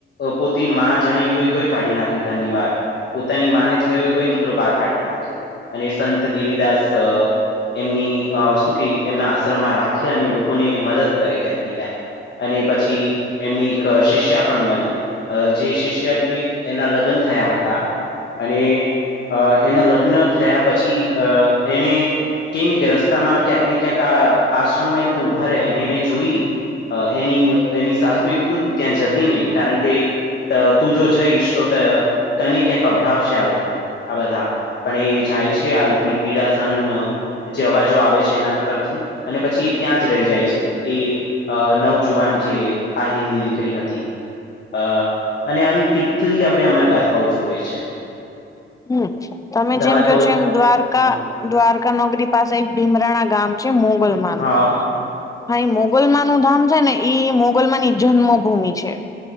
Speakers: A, on the left; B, on the left.
A: પોતે માં જણેવી હોય તોય કાઢી નાખે ઘરની વાર. પોતાની માને થયો હોય તોય દીકરો બહાર કાઢી નાખે, અને સંત દેવીદાસ. એમની શું કે એમના આશ્રમમાં રાખે અને લોકોને મદદ કરે ક્યાંક ને ક્યાંક. અને પછી એમની એક શિષ્યા પણ મળી. જે શિષ્યા કે એના લગ્ન થયા હતા. અને અ એના લગ્ન થયા પછી અ એને ક ને કે રસ્તામાં ક્યાંક ને ક્યાંક આ આશ્રમમાં એ લોકો ઉભા રહે અને એને જોઈ. એની એની સાસુએ કીધું તું ત્યાં જતી નહીં કારણ કે તો તું જો જઈશ તો કને ક્યાંક અભડાવશે આ લોકો આ બધા, પણ એ જાય છે આ રકની પીડા સહન જે અવાજો આવે છે એના પરથી અને પછી એ ત્યાં જ રહી જાય છે, કે અ નવજુવાન જે હાહિનની દીકરી હતી. અ અને આવી કેટલી આપણે અમારે ગાથાઓ જોએ છે.
B: હમ તમે
A: તમારે
B: જેમ કહો
A: તો
B: છો એમ દ્વારકા
A: હ
B: દ્વારકા નગરી પાસે એક ભીમરાણા ગામ છે મોગલ માનું
A: હા.
B: હા એ મોગલમા નું ધામ છે ને ઈ મોગલમાની જન્મભૂમિ છે.